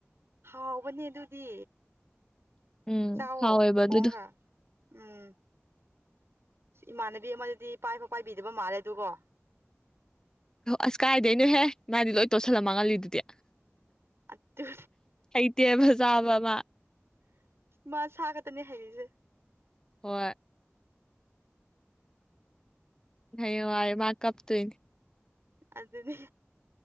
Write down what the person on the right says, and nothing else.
ꯍꯥꯎꯅꯦ ꯗꯤ
ꯆꯥꯎꯋꯣ
ꯊꯣꯡꯒ
ꯎꯝ ꯏꯃꯥꯟꯅꯕꯤ ꯑꯃꯗꯗꯤ ꯏ ꯄꯥꯏꯕ ꯄꯥꯏꯕꯤꯗꯕ ꯃꯥꯜꯂꯦ ꯑꯗꯨꯒꯣ
ꯑꯗꯨ
ꯃꯥꯁ ꯍꯥꯒꯇꯅꯤ ꯍꯥꯏꯒꯤꯁꯦ
ꯑꯗꯨꯅꯦ